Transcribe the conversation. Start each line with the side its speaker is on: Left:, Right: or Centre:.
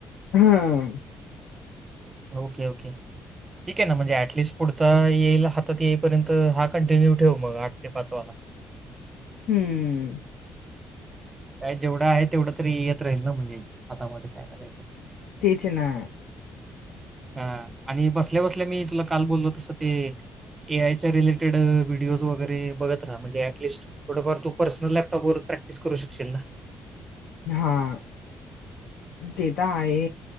Left: हं.
Right: Okay, okay. ठीक आहे ना म्हणजे ऍटलिस्ट पुढचा येईल हातात येईपर्यंत हा कंटिन्यू ठेव मग आठ ते पाच वाला. <inaudible>
Left: हंम्म
Right: काय जेवढं आहे तेवढं तरी येत राहील ना, म्हणजे हातामध्ये काही ना काहीतरी.
Left: तेच ना.
Right: हां आणि बसल्या-बसल्या मी तुला काल बोललो तसं ते... ए आयच्या रिलेटेड व्हिडिओज वगैरे बघत राहा म्हणजे ऍटलीस्ट थोडफार तू पर्सनल लॅपटॉप वर.. प्रॅक्टिस करू शकशील ना?
Left: हां
Right: <unintelligible>
Left: ते तर आहे,